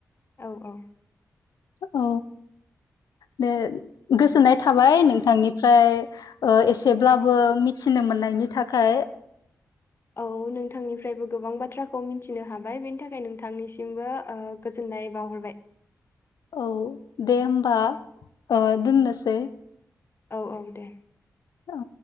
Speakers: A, on the left (about 35°); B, on the left (about 75°).
A: औ औ।
B: औ। दे गोजोननाय थाबाय नोंथांनिफ्राय एसेब्लाबो मिथिनो मोननायनि थाखाय।
A: औ नोंथांनिफ्रायबो गोबां बाथ्राखौ मिथिनो हाबाय बेनि थाखाय नोंथांनिसिमबो ओ गोजोननाय बावाहरबाय।
B: औ दे होनबा ओ दोननोसै
A: औ औ दे।
B: औ